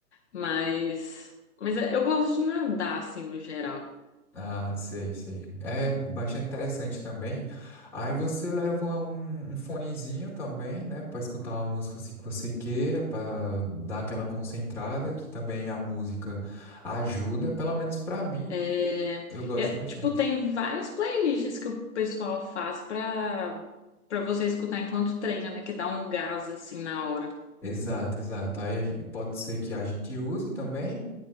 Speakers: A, on the left (about 50°); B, in the centre.
A: mas mas eu gosto de nadar assim no geral.
B: Ah, sei, sei. É bastante interessante também. Aí você leva um, um fonezinho também, né, Pra escutar uma música assim que você queira, pra dar aquela concentrada, que também a música ajuda, pelo menos pra mim,
A: É,
B: eu gosto
A: é,
B: bastante.
A: tipo, tem várias playlists que o pessoal faz pra para você escutar enquanto treina, né, que dá um gás assim na hora.
B: Exato, exato. Aí a gen- pode ser que a gente use também.